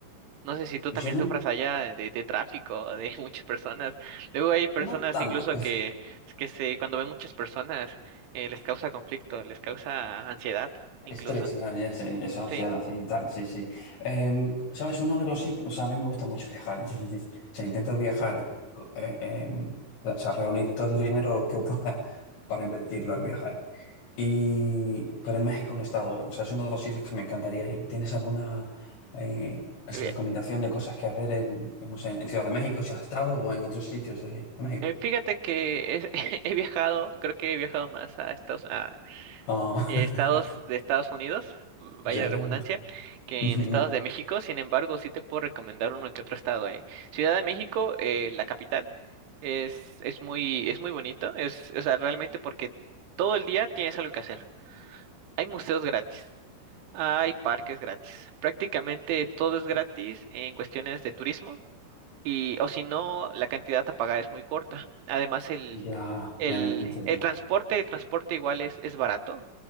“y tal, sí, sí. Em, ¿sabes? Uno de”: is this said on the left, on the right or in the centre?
Left